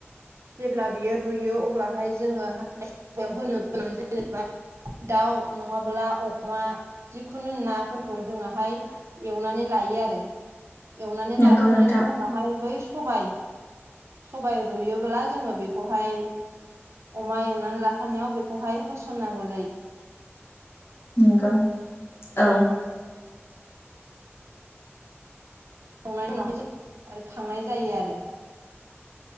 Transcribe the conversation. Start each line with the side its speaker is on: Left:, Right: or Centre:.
Right: जेब्ला बियो रुयो अब्लाहाय जोङोहाय बेव होनो गोनां जायोबाय दाउ नङाबोला अमा जिखुनु नाफोरखौ जोङोहाय एवनानै ला हायो आरो। एवनानै
Left: नंगौ
Right: लाखांनायनि
Left: नोंथां
Right: उनावहाय बै सबाइ सबाइ रुयो ब्ला जोङो बेखौहाय अमा एवनानै लाखानायाव बेखौहाय होसननांगौ जायो
Left: नोंगौ औ।
Right: संनायनि उनाव आरो खांनाय जायो आरो